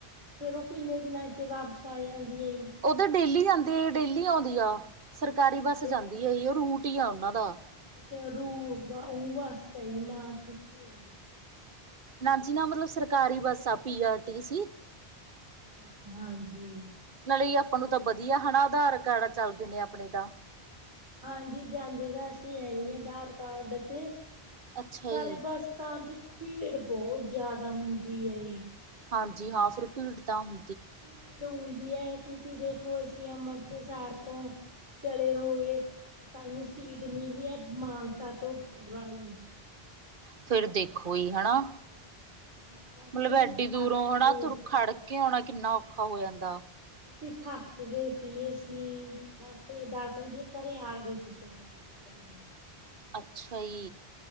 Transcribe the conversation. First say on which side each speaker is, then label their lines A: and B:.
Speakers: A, on the right (about 25°); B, on the right (about 55°).
A: ਫੇਰ ਉਹ ਕਿੰਨੇ ਦਿਨਾਂ ਚ ਵਾਪਸ ਆ ਜਾਂਦੀ ਹੈ
B: ਉਧਰ ਡੇਲੀ ਜਾਂਦੀ ਆ ਡੇਲੀ ਆਉਂਦੀ ਆ ਸਰਕਾਰੀ
A: ਅੱਛਾ
B: ਬੱਸ ਜਾਂਦੀ ਹੈ ਜ ਉਹ ਰੂਟ ਹੀ ਆ ਉਹਨਾਂ ਦਾ
A: ਛ ਰੂਸ ਸਹੀ ਮਾਂ ਕਿਥ ਹਮ
B: ਨਾ ਜੀ ਨਾ ਮਤਲਬ ਸਰਕਾਰੀ ਬੱਸ ਆ ਪੀ ਆਰ ਟੀ ਸੀ
A: ਅਛ ਹਾਂਜੀ
B: ਨਾਲੇ ਆਪਾਂ ਨੂੰ ਤਾਂ ਵਧੀਆ ਹਨਾ ਆਧਾਰ ਕਾਰਡ ਚੱਲਦੇ ਨੇ ਆਪਣੇ ਤਾਂ
A: ਹਾਂਜੀ ਜਾਂਦੇ ਤਾਂ ਅਸੀਂ ਹੈ ਹੀ ਹ ਆਧਾਰ ਕਾਰਡ ਤੇ
B: ਅੱਛਾ
A: ਪਰ
B: ਜੀ
A: ਬੱਸਾਂ ਚ ਭੀੜ ਬਹੁਤ ਜ਼ਿਆਦਾ ਹੁੰਦੀ ਹੈ
B: ਹਾਂਜੀ ਹਾਫ ਰਿਪੀਟ ਤਾਂ ਹ
A: ਭੀੜ ਹੁੰਦੀ ਹੈ ਤੁਸੀਂ ਦੇਖੋ ਅਸੀਂ ਅੰਮ੍ਰਿਤਸਰ ਤੋਂ ਚਲੇ ਹੋਏ ਸਾਨੂੰ ਸੀਟ ਮਿਲੀ ਹੈ ਮਾਨਸਾ ਤੋਂ ਪਰਾ ਹੀ
B: ਫੇਿਰ ਦੇਖੋ ਹੀ ਹਨਨਾ
A: ਹਾਂ ਅਸੀਂ
B: ਮਤਲਬ ਐਡੀ
A: ਥੱਕ
B: ਦੂਰੋਂ ਹਨਾ
A: ਗਏ
B: ਤੁਰ
A: ਸੀ
B: ਖੜ ਕੇ ਆਣਾ ਕਿੰਨਾ ਔਖਾ ਹੋ ਜਾਂਦਾ
A: ਅਸੀ ਥੱਕ ਗਏ ਸੀ ਅਸੀਂ ਬਸ ਦਸ ਵਜੇ ਘਰੇ ਆ ਗਏ ਸੀ ਤਿੰਨ ਵਜੇ ਚੱਲੀ ਓ
B: ਅੱਛਾ ਈ